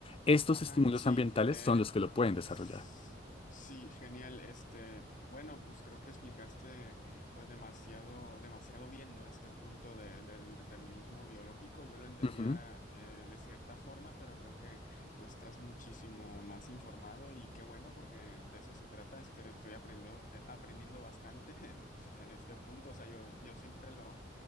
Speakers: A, on the left (about 30°); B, on the left (about 45°).
A: Estos
B: Ajá,
A: estímulos
B: sí.
A: ambientales
B: eh,
A: son los que lo pueden desarrollar.
B: S- Sí, genial. Este, bueno, pues creo que explicaste pues demasiado, demasiado bien, ¿no? Este punto de- del determinismo biológico. Yo lo entendía
A: Ujú.
B: eh, de cierta forma, pero creo que tú estás muchísimo más informado y qué bueno, porque de eso se trata. Este, estoy aprendiendo, eh, aprendiendo bastante <laughs> en, en este punto. O sea, yo, yo siempre lo